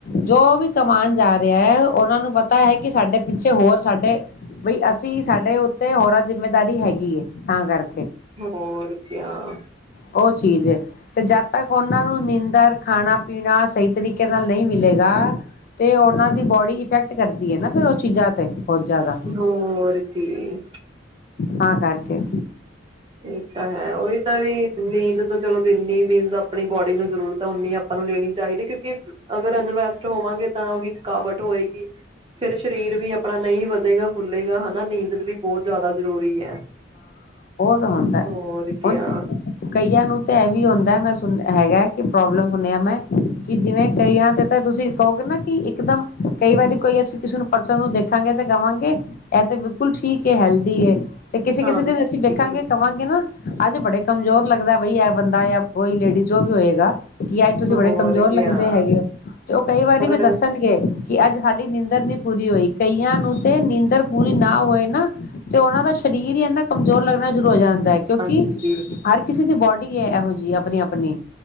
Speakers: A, on the left; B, on the right.
A: ਜੋ ਵੀ ਕਮਾਉਣ ਜਾ ਰਿਹਾ ਹੈ, ਉਹਨਾਂ ਨੂੰ ਪਤਾ ਹੈ ਕਿ ਸਾਡੇ ਪਿੱਛੇ ਹੋਰ ਸਾਡੇ ਬਈ ਅਸੀਂ ਸਾਡੇ ਉੱਤੇ ਹੋਰਾਂ ਜਿੰਮੇਦਾਰੀ ਹੈਗੀ ਹੈ, ਤਾਂ ਕਰ
B: ਹੋਰ ਕਿਆ।
A: ਉਹ ਚੀਜ਼ ਏ। ਤੇ ਜਦ ਤੱਕ ਉਹਨਾਂ ਨੂੰ ਨੀਂਦਰ ਖਾਣਾ ਪੀਣਾ ਸਹੀ ਤਰੀਕੇ ਨਾਲ ਨਹੀਂ ਮਿਲੇਗਾ ਤੇ ਉਹਨਾਂ ਦੀ ਬੋਡੀ ਇਫੈਕਟ ਕਰਦੀ ਹੈ, ਨਾ ਫਿਰ ਉਹ ਚੀਜ਼ਾਂ ਤੇ ਬਹੁਤ ਜ਼ਿਆਦਾ
B: ਹੋਰ ਕੀ,
A: ਤਾਂ ਕਰ ਕੇ,
B: ਇਹ ਤਾਂ ਹੈ ਉਹੀ ਤਾਂ ਵੀ ਨੀਂਦ ਤਾਂ ਚਲੋ ਜਿੰਨੀ ਨੀਂਦ ਦਾ ਆਪਣੀ ਬੋਡੀ ਨੂੰ ਜ਼ਰੂਰਤ ਹੈ, ਉਨੀ ਆਪਾਂ ਨੂੰ ਲੈਣੀ ਚਾਹੀਦੀ ਕਿਉਂਕਿ ਅਗਰ ਅਨਰੈਸਟ ਹੋਵਾਂਗੇ ਤਾਂ ਉਹੀ ਥਕਾਵਟ ਹੋਏਗੀ ਫੇਰ ਸਰੀਰ ਵੀ ਆਪਣਾ ਨਹੀਂ ਵਧੇਗਾ ਫੁੱਲੇਗਾ ਹਨਾ। ਨੀਂਦਰ ਵੀ ਬਹੁਤ ਜ਼ਿਆਦਾ ਜ਼ਰੂਰੀ ਹੈ।
A: ਆਉਂਦਾ
B: ਹੋਰ ਕਿਆ
A: ਹੁਣ ਕਈਆਂ ਨੂੰ ਤੇ ਇਹ ਵੀ ਹੁੰਦਾ ਮੈਂ ਸੁਣਿਆ ਹੈਗਾ ਕਿ ਪ੍ਰੋਬਲਮ ਹੁਣਿਆ ਮੈਂ ਕਿ ਜਿਵੇਂ ਕਈਆਂ ਤੇ ਤਾਂ ਤੁਸੀਂ ਕਹੋਗੇ ਨਾ ਕਿ ਇੱਕਦਮ ਕਈ ਵਾਰੀ ਕੋਈ ਅਸੀਂ ਕਿਸੇ ਨੂੰ ਪਰਸਨ ਨੂੰ ਦੇਖਾਂਗੇ ਤੇ ਕਵਾਂਗੇ ਇਹ ਤੇ ਬਿੱਲਕੁਲ ਠੀਕ ਹੈਲਦੀ ਐ। ਤੇ ਕਿਸੇ
B: ਹਾਂਜੀ
A: ਕਿਸੇ ਦੇ ਅਸੀਂ ਵੇਖਾਂਗੇ ਕਹਾਂਗੇ ਨਾ, ਅੱਜ ਬੜੇ ਕਮਜ਼ੋਰ ਲੱਗਦਾ ਬਈ ਇਹ ਬੰਦਾ ਜਾਂ ਕੋਈ ਲੇਡੀਜ਼ ਜੋ ਵੀ ਹੋਏਗਾ। ਕਿ ਅੱਜ ਤੁਸੀਂ
B: ਹੋਰ
A: ਬੜੇ ਕਮਜ਼ੋਰ
B: ਕਿਆ
A: ਲੱਗਦੇ ਹੈਗੇ ਔ ਤੇ ਉਹ ਕਈ ਵਾਰੀ
B: ਹੋਰ
A: ਵੀ ਦੱਸਣਗੇ ਕਿ ਅੱਜ ਸਾਡੇ ਨੀਂਦਰ ਨਹੀਂ ਪੂਰੀ ਹੋਈ ਕਈਆਂ ਨੂੰ ਤੇ ਨੀਂਦਰ ਪੂਰੀ ਨਾ ਹੋਏ ਨਾ ਤੇ ਉਹਨਾਂ ਦਾ ਸਰੀਰ ਐਨਾ ਕਮਜ਼ੋਰ ਲੱਗਣਾ ਸ਼ੁਰੂ ਹੋ ਜਾਂਦਾ, ਲੈ ਕਿਉਂਕਿ
B: ਹਾਂਜੀ
A: ਹਰ ਕਿਸੇ ਦੀ ਬੋਡੀ, <unintelligible> ਇਹੋ ਜਿਹੀ ਆਪਣੀ ਆਪਣੀ